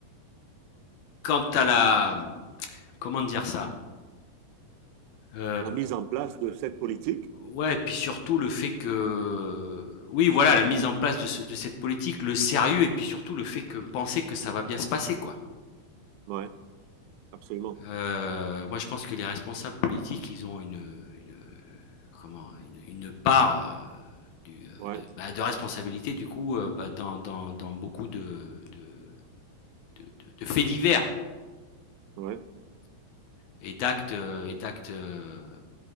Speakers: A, on the left; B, on the right.
A: quant à la, comment dire ça Heu,
B: La mise en place de cette politique.
A: ouais, et puis surtout le fait que oui, voilà, la mise en place de ce de cette politique, le sérieux et puis surtout le fait que penser que ça va bien se passer, quoi.
B: Ouais, absolument.
A: Heu, moi je pense que les responsables politiques, ils ont une, une, comment? Une une part, heu, du, heu,
B: Ouais.
A: de bah, de responsabilité du coup, heu, bah, dans dans dans beaucoup de de de de de faits divers
B: Ouais.
A: et d'actes, heu, et d'actes, heu,